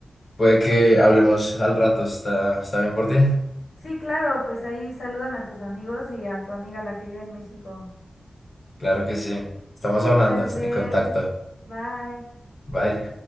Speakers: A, on the left; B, on the left.
A: puede que hablemos al rato, ¿está, está bien por ti?
B: Sí, claro, pues ahí saludan a tus amigos y a tu amiga la que vive en México.
A: Claro que sí, estamos
B: Que
A: hablando,
B: estés bien.
A: en contacto.
B: Bye.
A: Bye.